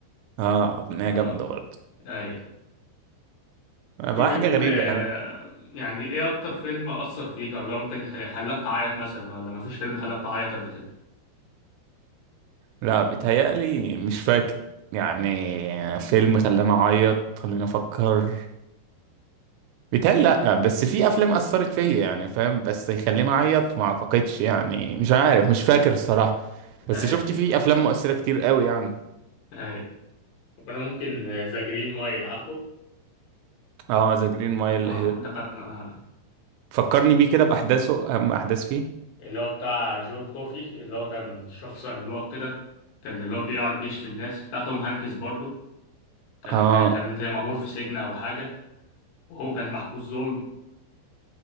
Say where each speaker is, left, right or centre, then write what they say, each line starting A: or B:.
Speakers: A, on the right (about 85°); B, on the left (about 70°).
A: اه اغنيه
B: اه
A: جامده برضه
B: اي
A: والله
B: في فيلم
A: حاجه غريبه
B: آه،
A: يعني
B: يعني ايه اكتر فيلم اثر فيك ولا ممكن يخليك خلاك تعيط مثلا ولا مفيش فيلم خلاك تعيط قبل كده
A: لا بيتهيألي مش فاكر يعني فيلم خلاني اعيط خليني افكر بيتهيألي لأ بس في أفلام أثرت فيا يعني فاهم بس يخليني أعيط ما أعتقدش يعني مش عارف مش فاكر الصراحة بس
B: اي
A: شفت في أفلام مؤثرة كتير قوي يعني
B: اي وانا ممكن ذا جرين مايل عارفه
A: اه ذا جرين مايل
B: اه ده كان آه،
A: فكرني بيه كده بأحداثه أهم أحداث فيه
B: اللي هو بتاع جون كوفي اللي هو كان شخص عملاق كده كان اللي هو بيعرف بيشفي الناس بتاع توم هانكس برضه كان
A: اه
B: آه، كان زي مأمور في سجن او حاجة وهو كان محبوس ظلم